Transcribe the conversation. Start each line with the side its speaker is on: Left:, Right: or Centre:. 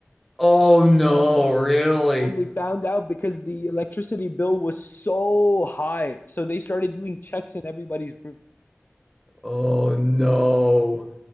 Centre: oh no, really?
Left: And they found out because the electricity bill was so high, so they started doing checks in everybody's room.
Centre: Oh no.